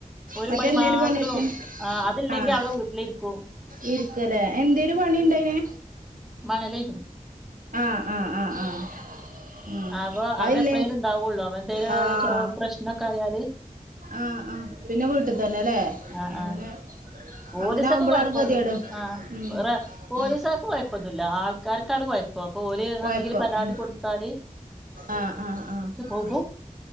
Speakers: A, in the centre; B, on the right (about 80°).
A: ഒരു
B: മറ്റെന്തേനു
A: പണി മാത്രം
B: പണിയെടുത്തിന്
A: നോക്കികും. ആഹ് അത് ഇല്ലെങ്കി
B: ആഹ്
A: അവിടെ വീട്ടിലിരിക്കും
B: ഇരിക്കല്ലേ എന്തേനു പണിണ്ടായിന്
A: മണലേനി
B: ആഹ് ആഹ് ആഹ് ആഹ് ഉം
A: അപ്പൊ
B: അയില്ലേ
A: അത് എപ്ലേലും ഇണ്ടാവൊള്ളൂ അവ എന്തേലും
B: ആഹ്
A: പ്രശ്നൊക്കെ ആയാല്.
B: ആഹ് ആഹ് പിന്നെ വീട്ട് തന്നെല്ലേ
A: ആഹ്
B: അങ്ങനെ
A: ആഹ് പോലീസൊക്കെ
B: അങ്ങനെ ആവുമ്പോളാണ്
A: കൊഴപ്പ
B: ഗതികേട്
A: ആഹ്
B: ഉം
A: വറെ പോലീസാർക്ക്
B: ഉം
A: കൊഴപ്പൊന്നുല്ല ആൾക്കാർക്കാണ് കൊഴ പ്പോപ്പോല്
B: കൊഴപ്പം
A: എന്തെങ്കിലു പരാതി
B: ഉം
A: കൊടുത്താല്
B: ആഹ് ആഹ് ആഹ്
A: ബൗ ബൗ.